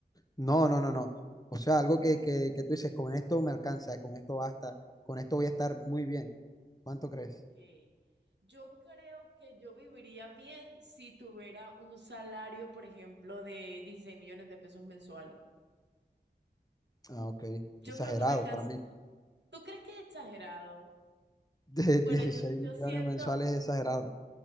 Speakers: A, on the left (about 20°); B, on the right (about 75°).
A: No, no, no, no. O sea, algo que, que, que tú dices, con esto me alcanza, con esto basta, con esto voy a estar muy bien. ¿Cuánto crees?
B: Ok. Yo creo que yo viviría bien si tuviera un salario, por ejemplo, de 16 millones de pesos mensuales.
A: Ah, ok. Exagerado
B: Yo creo que me alcanza.
A: para mí. <laughs>
B: ¿Tú crees que es exagerado?
A: De
B: Bueno,
A: 16
B: yo, yo
A: millones
B: siento,
A: mensuales es exagerado,